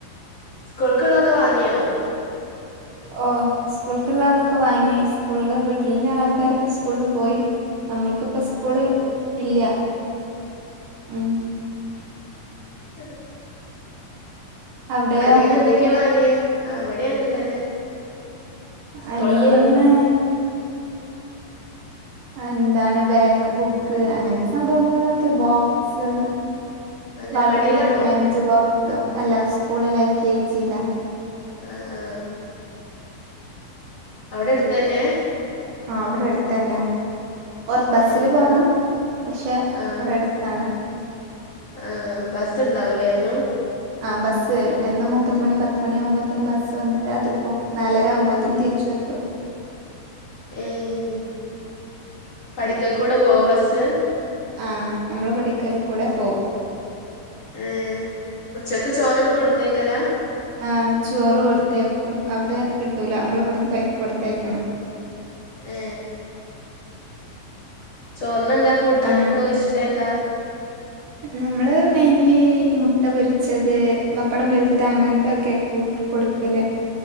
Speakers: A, on the left; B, on the right.
A: സ്കൂൾക്കുള്ളൊക്കെ വാങ്ങിയോ
B: ഓഹ് സ്കൂള്ക്ള്ളതൊക്ക വാങ്ങി സ്കൂൾ വീട്ടില്ള്ള ആൾക്കാരൊക്കെ സ്കൂള് പോയി നമ്മൾക്പ്പ സ്കൂള്
A: ആഹ്
B: ഇല്ല മ്ം
A: ഉ <unintelligible>
B: അവിടെയോ
A: അനിയന് എന്തൊക്കെയാ വാങ്ങിയെ ആഹ് ഇവിടെം അങ്ങനെ തന്നെ സ്കൂളുള്ള
B: അനിയന് എന്താണ് ബാഗ് ബുക്ക് അങ്ങനത്തെ സംഭവങ്ങളൊക്കെ ബോക്സ്
A: അംഗലവാടിയിലാണോ
B: വാട്ടർ ബോട്ടിൽ ലഞ്ച് ബോക്സ് അല്ല സ്കൂളില് എൽ കെ ജി ലാ
A: ആഹ് ആഹ് അവിടെ അട്ത്തന്നെ
B: ആഹ് ഇവിടെ അട്ത്തന്നെ കൊ ബസില്
A: ഏഹ്
B: പോണം പക്ഷെ
A: ആഹ്
B: ഇവിടെ അട് എന്താണ്
A: ആഹ് ബസ് ണ്ടാവൂലേ എന്നും
B: ആഹ് ബസ് വരും എന്നും ഒമ്പത് മണി പത്ത് മണി ആകുമ്പോത്തിന് ബസ് വന്നിട്ട് അതില് പോവും നാലര ആവുമ്പോത്തിന് തിരിച്ചെത്തും
A: ഏഹ് പഠിക്കക്കൂടെ പോവോ ബസ്സ്
B: ആ നമ്മളെ പഠിക്കൽ കൂടെ പോവും
A: ഉം ഉച്ചക്ക് ചോറൊക്കെ കൊടുത്തയക്കലാ
B: ആ ചോറ് കൊടുത്തയക്കും അവിടെ കിട്ടൂല നമ്മള് ഇവിടുന്ന് കയ്യി കൊടുത്തയക്കണം
A: ഏ ചോറ്നെന്താ കൂട്ടാനൊക്ക
B: ഉം
A: ഓന് ഇഷ്ടേതാ?
B: നമ്മള് മെയിൻലി മുട്ട പൊരിച്ചത് പപ്പടം പൊരിച്ചത് അങ്ങനത്തൊക്ക കൂ കൊടുക്കല്